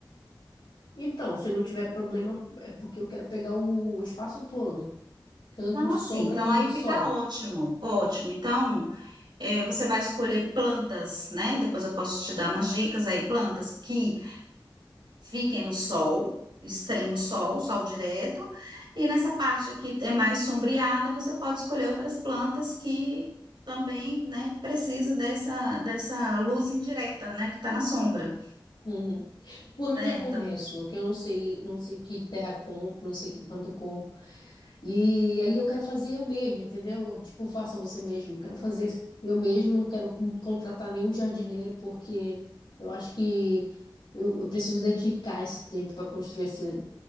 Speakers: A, on the left (about 85°); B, on the right (about 70°).
A: Então, se não tiver problema, é porque eu quero pegar o, o espaço todo, tanto
B: Ah,
A: de
B: sim.
A: sombra
B: Então
A: como
B: aí
A: de
B: fica
A: sol.
B: ótimo, ótimo. Então eh, você vai escolher plantas, né? Depois eu posso te dar umas dicas aí, plantas que fiquem no sol, no extremo sol, sol direto, e nessa parte que é mais sombreada, você pode escolher outras plantas que também, né, precisa dessa, dessa luz indireta, né, que está na sombra,
A: Uhum. Por onde
B: certo?
A: eu começo? Que eu não sei, não sei que terra compro, não sei que planta eu compro. E aí eu quero fazer eu mesmo, entendeu? Tipo, faça você mesmo. Quero fazer eu mesmo, não quero contratar nenhum jardineiro, porque eu acho que eu, eu preciso dedicar esse tempo para construir esse,